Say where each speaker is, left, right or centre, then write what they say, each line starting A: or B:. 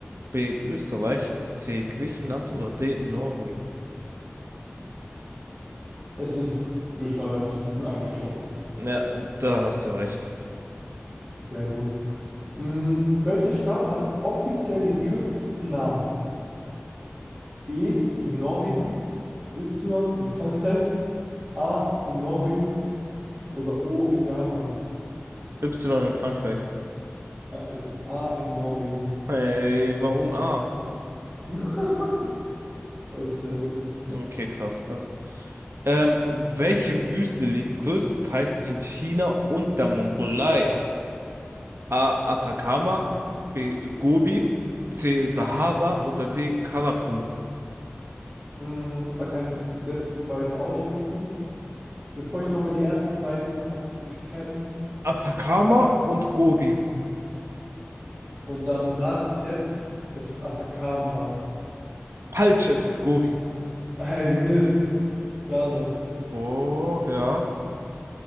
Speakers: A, on the right; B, on the right.
A: B. Österreich, C. Griechenland oder D. Norwegen?
B: es ist Österreich. Die sind eingeschlossen.
A: Ja, da hast du recht.
B: Sehr gut. Mm, welche Stadt hat offiziell den kürzesten Namen? E in Norwegen, Y in Frankreich, A in Norwegen oder O in Japan?
A: Y in Frankreich.
B: Ah, es ist A in Norwegen.
A: Hey, warum A?
B: <laughs> Weiß ich selber nicht.
A: Okay, krass, krass. Ähm, welche Wüste liegt größtenteils in China und der Mongolei? A. Atacama, B. Gobi, C. Sahara oder D. Karakum?
B: Mm, da kann ich die letzten beiden ausschließen. Jetzt brauche ich nochmal die ersten beiden Antwortmöglichkeiten.
A: Atacama und Gobi.
B: Und dann rate ich jetzt, es ist Atacama.
A: Falsch, es ist Gobi.
B: Hey, Mist. Schade.
A: Boah, ja.